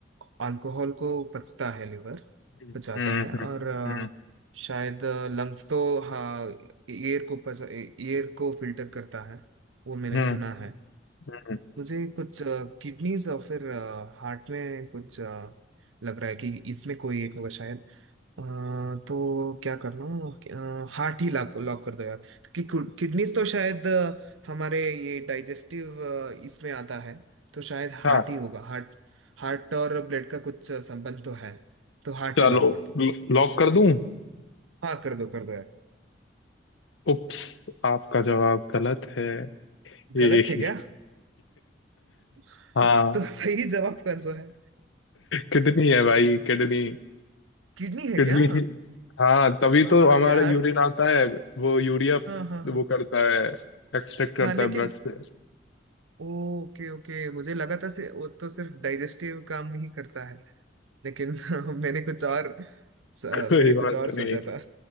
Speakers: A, on the right; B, on the left.
A: अल्कोहल को पचता है लीवर
B: हम्म
A: पचाता
B: हम्म
A: है और अ,
B: हम्म
A: शायद लंग्स तो हाँ एयर को पचा एयर को फिल्टर करता है वो मैंने
B: हम्म,
A: सुना है
B: हम्म,
A: मुझे कुछ किडनीज और फिर हार्ट में कुछ अ, लग रहा है कि इसमें कोई एक होगा शायद अ, तो क्या करना हार्ट ही लॉक लॉक कर दो यार कि किडनीज तो शायद अ, हमारे ये डाइजेस्टिव इसमें आता है तो शायद हार्ट
B: हाँ
A: ही होगा हार्ट हार्ट और ब्लड का कुछ संबंध तो है तो हार्ट
B: चलो
A: ही लॉक कर दो
B: लॉक कर दूं
A: हाँ कर दो कर दो यार
B: उप्स आपका जवाब गलत है <laughs> ये-
A: गलत है क्या <laughs>
B: हाँ
A: तो सही जवाब कौन सा है
B: किडनी है भाई किडनी
A: किडनी है
B: किडनी
A: क्या
B: ही हाँ तभी
A: हाँ
B: तो हमारा
A: यार
B: यूरिन आता है वो यूरिया
A: हाँ हाँ हाँ
B: वो करता है एक्सट्रैक्ट करता
A: हाँ लेकिन
B: है ब्लड से
A: ओके ओके मुझे लगा था से वो तो सिर्फ डाइजेस्टिव काम ही करता है लेकिन <laughs> मैंने कुछ और स-
B: <laughs> कोई
A: मैंने कुछ
B: बात
A: और सोचा
B: नहीं
A: था